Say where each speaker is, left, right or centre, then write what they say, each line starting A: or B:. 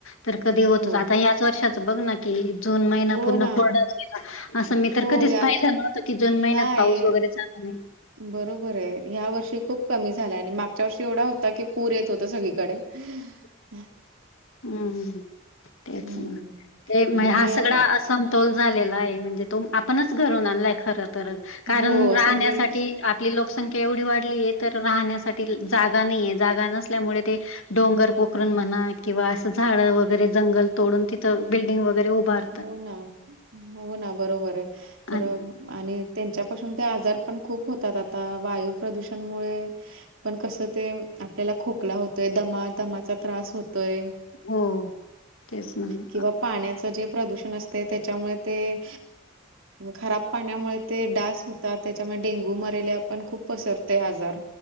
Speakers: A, on the left (about 75°); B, on the right (about 75°).
A: तर कधी होतच
B: हो,
A: आता याच वर्षाच बघ ना की जून महिना
B: हो
A: पूर्ण
B: ना.
A: कोरडाचं गेला असं मी तर
B: हो,
A: कधीच
B: या
A: पाहिलं नव्हतं की जून महिन्यात
B: नाही,
A: पाऊस वगैरे चालला नाही
B: बरोबर आहे ह्या वर्षी खूप कमी झालाय आणि मागच्या वर्षी एवढा होता की पूर येत होता सगळीकडे
A: <unintelligible>
B: <inaudible>
A: हम्म तेच
B: हं.
A: ना ते
B: आणि
A: हा सगळा
B: आप
A: असमतोल झालेला आहे म्हणजे तो आपणच घडवून आणलाय खरं तर कारण
B: हो,
A: राहण्यासाठी
B: सगळे
A: आपली लोकसंख्या एवढी वाढली आहे तर राहण्यासाठी जागा नाहीये जागा नस मुळे ते डोंगर पोखरून म्हणा किंवा असं झाडं वगैरे जंगल तोडून तिथं बिल्डिंग वगैरे उभार
B: हो ना हो ना बरोबर आहे तर
A: आणि
B: आणि त्यांच्यापासून ते आजार पण खूप होतात आता वायू प्रदूषण मुळे पण कसं ते आपल्याला खोकला होतंय दमा दमाचा त्रास होतोय
A: हो तेच ना
B: किंवा पाण्याचं जे प्रदूषण असते त्याच्यामुळे ते खराब पाण्यामुळे ते डास होतात त्याच्यामुळे डेंग्यू मरेलिया पण खूप पसरतय आजार